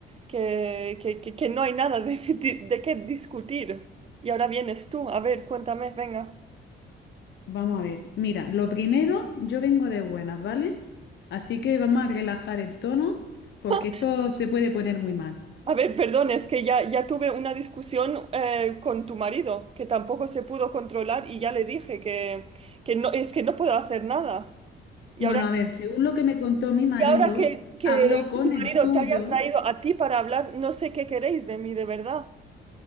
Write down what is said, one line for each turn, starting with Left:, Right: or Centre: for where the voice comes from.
Right: que, que, que- que no hay nada de, <laughs> de, de qué discutir. Y ahora vienes tú, a ver, cuéntame, venga.
Left: Vamos a ver. Mira, lo primero, yo vengo de buenas, ¿vale? Así que vamos a relajar el tono porque
Right: <laughs>
Left: esto se puede poner muy mal.
Right: A ver, perdón, es que ya, ya tuve una discusión eh, con tu marido, que tampoco se pudo controlar y ya le dije que, que no, es que no puedo hacer nada. Y
Left: Bueno,
Right: ahora
Left: a ver, según lo que me contó mi marido,
Right: Y ahora que, que
Left: habló con
Right: tu
Left: el
Right: marido
Left: tuyo.
Right: te haya traído a ti para hablar, no sé qué queréis de mí, de verdad.